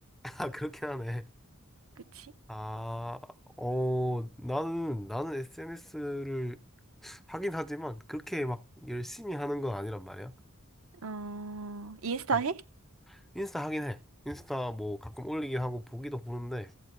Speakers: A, in the centre; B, on the right.
A: 아, <laughs> 그렇긴 하네.
B: 그치?
A: 아, 어, 나는, 나는 SNS를 하긴 하지만 그렇게 막 열심히 하는 건 아니란 말이야.
B: 어, 인스타
A: 음.
B: 해?
A: 인스타 하긴 해. 인스타 뭐 가끔 올리긴 하고 보기도 보는데